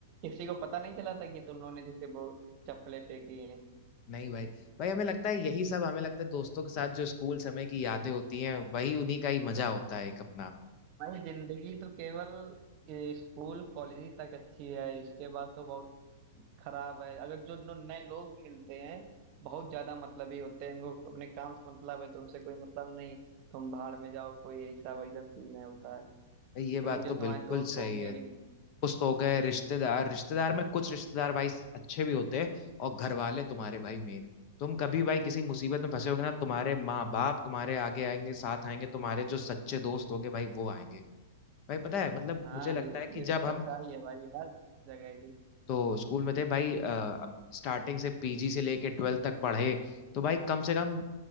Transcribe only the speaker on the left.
नहीं भाई भाई हमें लगता है यही सब हमें लगता है दोस्तों के साथ जो स्कूल समय की यादें होती हैं वही उन्हीं का ही मजा होता है एक अपना
भाई ये बात
तो बिल्कुल
सही
है कुछ तो हो गए रिश्तेदार रिश्तेदार में कुछ रिश्तेदार भाई अच्छे भी होते हैं और घर वाले तुम्हारे भाई मेन तुम कभी भाई किसी मुसीबत में फंसे होगे ना तुम्हारे माँ बाप तुम्हारे आगे आएंगे साथ आएंगे तुम्हारे जो सच्चे दोस्त होंगे भाई वो आएंगे भाई पता है मतलब
मुझे लगता
है कि
जब
हम
तो स्कूल में थे भाई स्टार्टिंग से पीजी से लेके ट्वेल्थ तक पढ़े तो भाई कम से कम